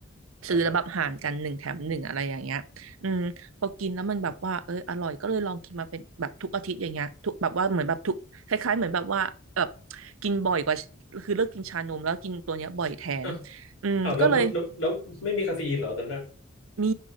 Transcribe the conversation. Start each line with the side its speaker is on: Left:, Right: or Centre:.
Right: ซื้อแล้วแบบห่างกันหนึ่งแถมหนึ่งอะไรอย่างเงี้ยอืมพอกินแล้วมันแบบว่าเอออร่อยก็เลยลองกินมาเป็นแบบทุกอาทิตย์อย่างเงี้ยทุกแบบว่าเหมือนแบบทุกคล้ายๆเหมือนแบบว่าแบบ
Left: ่าฮะ
Right: กินบ่อยกว่าคือเลิกกินชานมแล้วกินตัวเนี้ยบ่อยแทน
Left: อ้าว
Right: อืมก็เลย
Left: อ้าวแล้วแล้วแล้วแล้วไม่มีคาเฟอีนเหรอตอนนั้นนะ
Right: มี